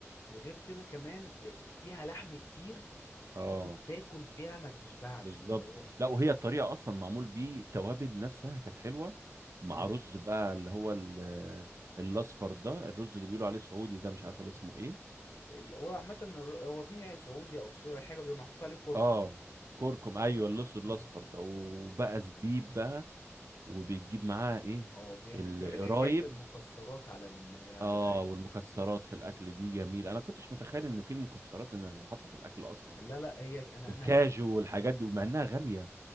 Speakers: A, on the left; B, on the right.
A: وغير كده كمان آه، آه، فيها لحم كتير
B: اه
A: تقعد تاكل فيها ما تشبعش
B: بالظبط
A: اللي هو
B: لا وهي الطريقه اصلا معمول بيه التوابل نفسها كانت حلوه مع
A: مم.
B: رز بقى اللي هو ال- الاصفر ده الرز اللي بيقولوا عليه سعودي ده مش عارف اسمه ايه
A: ال- هو عامة الر- هو مية سعودي أو سوري أي حاجة بيبقى محطوط عليه كركم
B: اه كركم ايوه اللص الاصفر
A: مم.
B: ده وبقى زبيب بقى وبيجيب معاه ايه
A: اه جامد
B: القرايب
A: جامد حكاية المكسرات على ال... على
B: اه
A: الأكل
B: والمكسرات في الاكل دي جميل انا كنتش متخيل ان في المكسرات انها تتحط في الاكل اصلا
A: لا لا هي أنا
B: الكاجو
A: أنا أكلت
B: والحاجات دي ومع انها غاليه